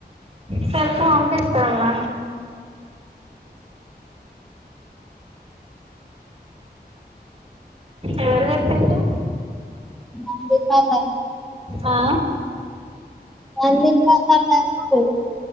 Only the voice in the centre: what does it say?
నందిపన్నా
నందిపన్న అన్నారు